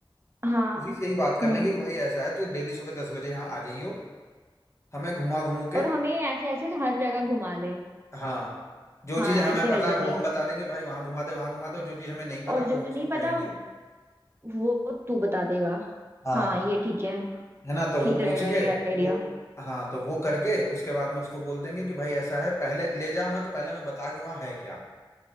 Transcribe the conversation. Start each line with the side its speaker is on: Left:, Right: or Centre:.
Right: हाँ
Left: उसी से ही बात कर
Right: हम्म
Left: लेंगे कि भाई ऐसा है तो डेली सुबह दस बजे यहाँ आ जाइयो हमें घुमा घूमू के
Right: और हमें ऐसे ऐसे हर जगह घुमा दे
Left: हाँ जो
Right: हाँ
Left: चीज हमें
Right: ऐसे
Left: पता
Right: कर लेंगे
Left: है वो हम बता देंगे भाई वहां घुमा दे वहां घुमा दे और जो चीज हमें नहीं पता
Right: और
Left: वो
Right: जो
Left: हम उसको
Right: नहीं पता
Left: कहेंगे
Right: वो तू बता देगा
Left: हाँ
Right: हाँ ये ठीक है
Left: है ना तो
Right: ठीक
Left: वो
Right: रहेगा
Left: पूछ
Right: ये
Left: के
Right: आइडिया
Left: वो हाँ तो वो करके उसके बाद में उसको बोल देंगे कि भाई ऐसा है पहले ले जा मत पहले मैं बता के वहाँ है क्या